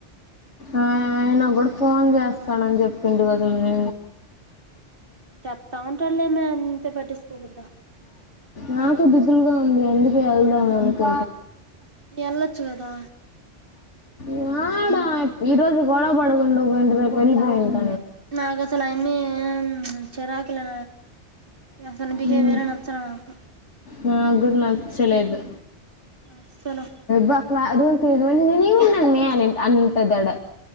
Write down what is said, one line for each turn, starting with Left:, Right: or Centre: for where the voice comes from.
Left: ఆ అయనా కూడా ఫోన్ చేస్ స్తానని చెప్పిండు గాద నే
Right: చెప్తా ఉంటాడులేమే అంత పట్టిసుకకూడదా.
Left: నాకు దిగులుగా ఉంది. అందుకే వెళ్దాం అనుకు
Right: ఎల్లచ్చు గదా
Left: యాడా ఈరోజు గోడవడుకుంట పోయింటే రేపు ఎల్లిపోయుంట
Right: నాకుసలు ఆయనే చ్చ్ చిరాకులే అతని బిహేవియరే
Left: ఉమ్,
Right: నచ్చలే నాకు
Left: నాకు గుడా నచ్చలేదు.
Right: అస్సలు
Left: బా కలా రూ నేను ఉన్నాను అమ్మి నే అని అనింటదిడ